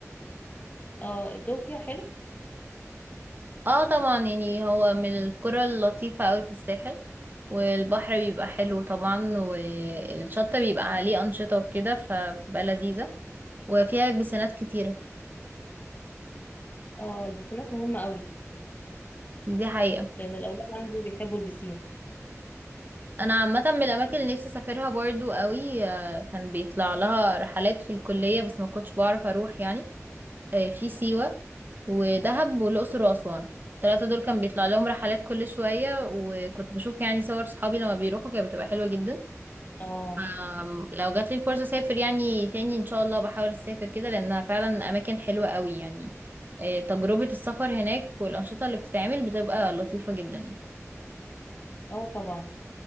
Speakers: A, on the left; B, on the right.
A: اه الجو فيها حلو
B: اه طبعا يعني هو من القرى اللطيفة قوي في الساحل والبحر بيبقى حلو طبعا والشط بيبقى عليه أنشطة وكده فبتبقى لذيذة وفيها بسنات كتيرة
A: اه البسينات مهمة قوي
B: دي حقيقة
A: لأن الأولاد عندي بيحبوا البسين
B: انا عامة من الاماكن اللي نفسي اسافرها برضو قوي آه، كان بيطلع لها رحلات في الكلية بس ما كنتش بعرف اروح يعني آه، في سيوة ودهب والأقصر وأسوان الثلاثة دول كان بيطلع لهم رحلات كل شوية وكنت بشوف يعني صور صحابي لما بيروحوا كانت بتبقى حلوة جدا
A: اه
B: آم، لو جات لي الفرصة أسافر يعني تاني إن شاء الله بحاول أسافر كده لأنها فعلا أماكن حلوة قوي يعني آه، تجربة السفر هناك والأنشطة اللي بتتعمل بتبقى لطيفة جدا يعني
A: اه طبعا